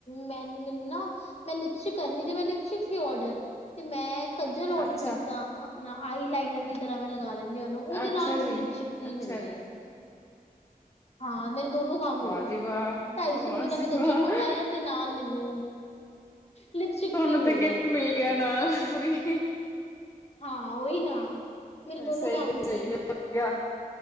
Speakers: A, on the left; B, on the left.
A: ਮੈਂ ਮੈਨੂੰ ਨਾ ਮੈਂ ਲਿਪਸਟਿਕ ਕਰਨੀ ਦੀ ਤੇ ਮੈਂ ਲਿਪਸਟਿਕ ਸੀ ਔਡਰ ਤੇ ਮੈਂ ਕੱਜਲ ਔਡਰ
B: ਅੱਛਾ,
A: ਕੀਤਾ ਅਪਨਾ, ਆਈ ਲਾਈਨਰ ਦੀ ਤਰਾ ਮੈਂ ਲਗਾ ਲੈਂਦੀ ਓਨੂੰ ਓਦੇ
B: ਅੱਛਾ
A: ਨਾਲ ਮੈਨੂੰ
B: ਜੀ,
A: ਲਿਪਸਟਿਕ ਫਰੀ
B: ਅੱਛਾ
A: ਮਿਲ ਗਈ
B: ਜੀ।
A: ਹਾਂ ਮੇਰੇ ਦੋਨੋ ਕੰਮ
B: ਵਾਹ
A: ਹੋ ਗਏ,
B: ਜੀ ਵਾਹ,
A: ਢਾਈ
B: ਵਾਹ
A: ਸੌ ਰੁਪਏ ਦਾ
B: ਜੀ
A: ਮੈਂ
B: ਵਾਹ।
A: ਕੱਜਲ ਮੰਗਾਆ ਤੇ ਨਾਲ ਮੈਨੂੰ ਲਿਪਸਟਿਕ
B: ਤੁਹਾਨੂੰ
A: ਫ੍ਰੀ ਮਿਲ
B: ਤੇ
A: ਗਈ
B: ਗਿਫਟ ਮਿਲ ਗਿਆ ਨਾਲ ਫ੍ਰੀ
A: ਹਾਂ, ਓਹੀ ਨਾ ਮੇਰੇ
B: ਹੈ
A: ਦੋਨੋਂ
B: ਸਹੀ
A: ਕੰਮ
B: ਐ,
A: ਹੋ
B: ਸਹੀ
A: ਗਏ
B: ਐ, ਵਦੀਆ।